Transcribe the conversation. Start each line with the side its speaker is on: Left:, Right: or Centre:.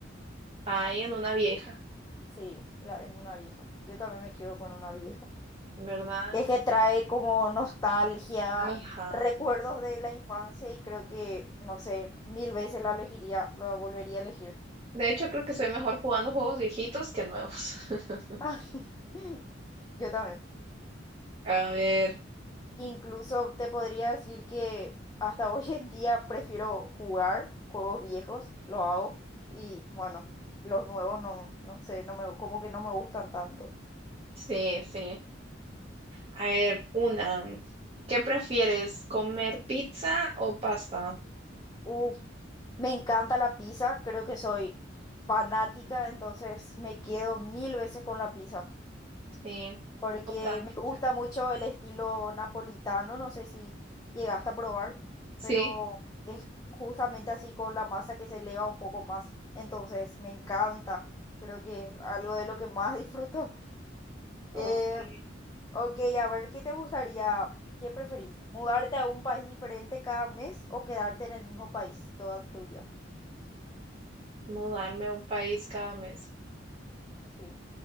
Right: Ahí en una vieja,
Left: Sí, la, en una vieja. Yo también me quedo con una vieja.
Right: ¿verdad?
Left: Es que trae como nostalgia,
Right: Ajá.
Left: recuerdos de la infancia y creo que, no sé, mil veces la elegiría, la volvería a elegir.
Right: De hecho, creo que soy mejor jugando juegos viejitos que nuevos. <laughs>
Left: <laughs> Yo también.
Right: A ver,
Left: Incluso te podría decir que hasta <laughs> hoy en día prefiero jugar juegos viejos, lo hago. Y bueno, los nuevos no, no sé, no me, como que no me gustan tanto.
Right: sí, sí. A ver, una. ¿Qué prefieres, comer pizza o pasta?
Left: Uf, me encanta la pizza, creo que soy fanática, entonces me quedo mil veces con la pizza.
Right: Sí,
Left: porque
Right: totalmente.
Left: me gusta mucho el estilo napolitano, no sé si llegaste a probar,
Right: Sí,
Left: pero es justamente así con la masa que se eleva un poco más, entonces me encanta, creo que es algo de lo que más <laughs> disfruto. Eh,
Right: ok.
Left: ok, a ver, ¿qué te gustaría, qué preferís? ¿Mudarte a un país diferente cada mes o quedarte en el mismo país toda tu vida?
Right: Mudarme a un país cada mes.
Left: Sí.